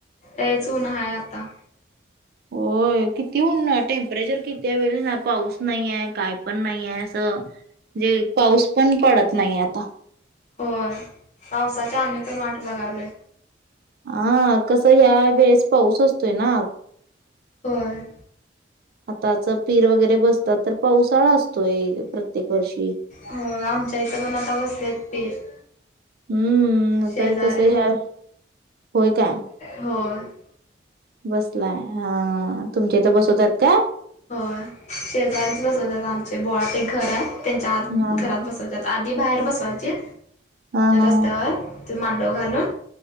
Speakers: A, on the left; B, on the right.
A: लयच ऊन आहे आता
B: होय किती ऊन हाय टेम्परेचर कि त्यां वेळी नां पाऊस नाहीये कायं पणं नाहीये असं. म्हणजे पाऊस पणं पडतं नाही आता.
A: होय. पावसांच्या आम्ही पण वाट बघालोय.
B: हां कसं या वेळेस पाऊस असतोयं ना.
A: होय.
B: आताचं पीर वगैरें बसतात तर पावसाळा असतोय. प्रत्येक वर्षी.
A: हो आमच्यां इथं पण आता बसले आहेत पीर.
B: हम्मं. आता
A: शेजारी
B: कसं ह्यांत होयं काय.
A: होय.
B: बसलाय. हां तुमच्यां इथं बसवतात काय?
A: हो शेजारीचं बसवतात आमच्या बोळात एक घरं आहे. त्यांच्या आत
B: हा
A: घरांत बसवतात. आधी बाहेर बसवायचीत.
B: हा हा
A: रस्त्यांवर ते मांडव घालूंन.